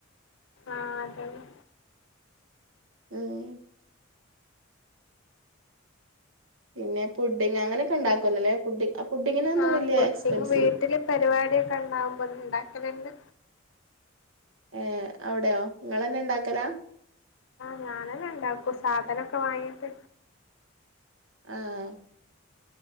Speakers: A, on the left; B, on the right.
A: ആഹ് അതന്നെ
B: ഉം പിന്നെ പുഡിങ്ങ് അങ്ങനൊക്കെ ണ്ടാക്കൊല്ല ലേ പുഡ് പുഡിങ്ങിനൊന്നും
A: ആഹ്
B: വല്യ
A: പുട്ടിങ്
B: എക്സ്പെൻസില്ല
A: വീട്ടില് പരിപാടിയൊക്കെ ണ്ടാകുമ്പോ ണ്ടാക്കല്ണ്ട്
B: ഏ അവ്ടെയോ ഇങ്ങളെന്നെ ണ്ടാക്കലാ
A: ഞാനെന്നെ ണ്ടാക്കും സാധനൊക്കെ വാങ്ങിയിട്ട്
B: ആഹ്